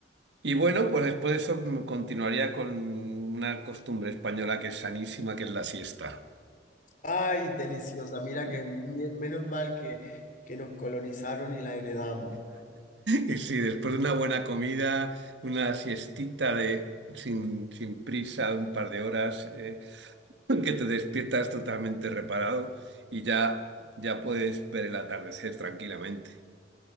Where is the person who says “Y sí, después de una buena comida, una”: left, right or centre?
Right